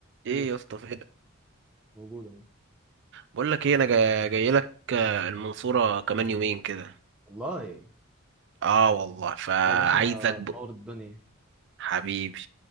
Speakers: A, on the right; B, in the centre.
A: ايه
B: ايه
A: يا اسطى فين
B: موجود اهو
A: بقول لك ايه انا جاي, جاي لك آه، المنصوره كمان يومين كده
B: والله
A: اه والله فعايزك
B: أنا يا باشا
A: بقى
B: تنور الدنيا
A: حبيبي